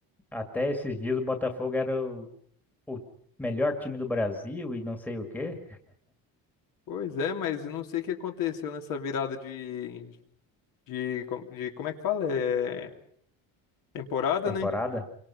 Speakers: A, in the centre; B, on the left.
A: Até esses dias o Botafogo era o, o melhor time do Brasil e não sei o quê,
B: Pois é, mas eu não sei o que aconteceu nessa virada de, de, co- de como é que fala? É, temporada,
A: temporada.
B: né?